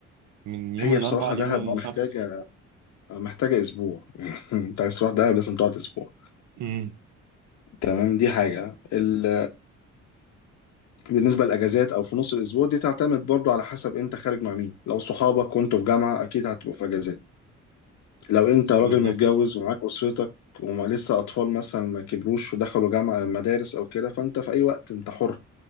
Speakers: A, on the right; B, on the left.
A: من يوم
B: هي
A: الاربعاء
B: بصراحة دهب
A: ليوم السبت
B: محتاجة آه، محتاجة أسبوع <laughs> أنت عايز تروح دهب لازم تقعد أسبوع
A: امم
B: تمام دي حاجة ال... بالنسبة للأجازات أو في نص الأسبوع دي تعتمد برضو على حسب أنت خارج مع مين لو صحابك وأنتوا في جامعة أكيد هتبقوا في أجازات لو أنت راجل
A: بالظبط
B: متجوز ومعاك أسرتك وما لسه أطفال مثلا ما كبروش ودخلوا جامعة مدارس أو كده فأنت في أي وقت أنت حر